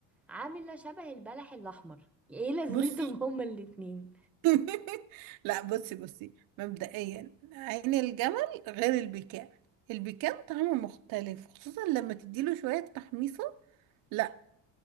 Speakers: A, in the centre; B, on the right.
A: عاملة شبه البلح الاحمر ايه لازمتهم
B: بصي
A: هما الاتنين
B: <laughs> لا بصي بصي مبدئيا عين الجمل غير البكاء البكاء طعمه مختلف خصوصا لما تديله شوية تحميصة لا